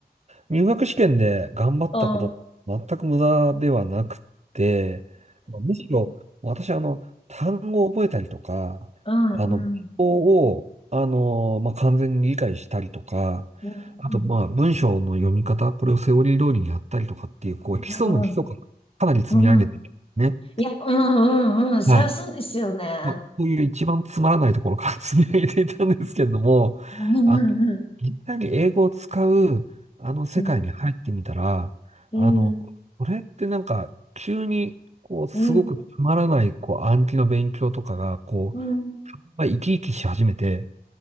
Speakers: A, on the right (about 40°); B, on the left (about 35°).
A: 入学試験で頑張ったこと、
B: うん。うん。
A: 全く無駄ではなくて、むしろ、私、あの、単語を覚えたりとか、
B: うん、
A: あの、文法を、
B: うん。
A: あの、まあ、完全に理解したりとか、
B: うん。
A: あと、まあ、文章の読み方、これをセオリー通りにやったりとかっていう、こう、基礎の基礎からかなり積み上げてね。
B: うん。うん。いや、うんうんうん。そりゃそうですよね。
A: はい。まあ、こういう一番つまらないところから <laughs> 積み上げていたんですけれども、
B: うんうん
A: あの、いきなり英語を使う、あの世界に入ってみたら、
B: うん。うん。
A: あの、これってなんか、急に、こう、すごくつまらない、
B: うん。
A: こう、暗記の勉強とかが、こう、
B: うん。
A: まあ、生き生きし始めて、